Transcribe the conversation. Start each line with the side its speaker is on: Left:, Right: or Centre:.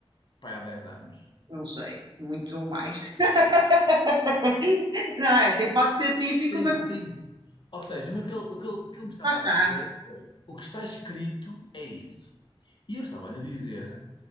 Left: Pai, há 10 anos.
Right: Não sei, muito mais. <laughs> Não é? Tipo, pode ser típico,
Left: Sim,
Right: mas
Left: sim. Ou seja, mas o que ele, o que ele, o que ele me estava
Right: lá está.
Left: a dizer foi: o que está escrito é isso. E eu estava-lhe a dizer